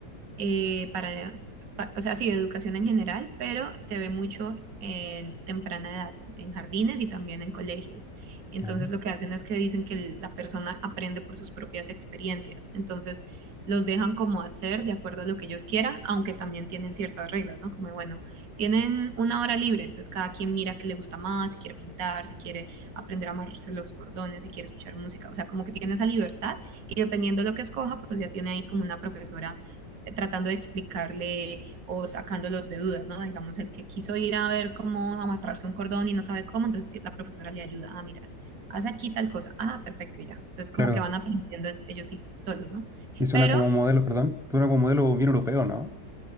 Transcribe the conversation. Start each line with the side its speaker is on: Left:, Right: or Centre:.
Right: eh, para, pa- o sea, sí, de educación en general, pero se ve mucho en temprana edad, en jardines y también en colegios. Entonces
Centre: Ya.
Right: lo que hacen es que dicen que el- la persona aprende por sus propias experiencias. Entonces los dejan como hacer de acuerdo a lo que ellos quieran, aunque también tienen ciertas reglas, ¿no? Como, de, bueno, tienen una hora libre, entonces cada quien mira qué le gusta más, si quiere pintar, si quiere aprender a amarrarse los cordones, si quiere escuchar música, o sea, como que tiene esa libertad y dependiendo de lo que escoja, pues ya tiene ahí como una profesora eh, tratando de explicarle o sacándolos de dudas, ¿no? Digamos, el que quiso ir a ver cómo amarrarse un cordón y no sabe cómo, entonces la profesora le ayuda, ah, mira, haz aquí tal cosa, ah, perfecto, y ya. Entonces
Centre: Claro.
Right: como que van aprendiendo ellos sí, solos, ¿no?
Centre: Y suena
Right: Pero
Centre: como modelo, perdón. Suena como modelo bien europeo, ¿no?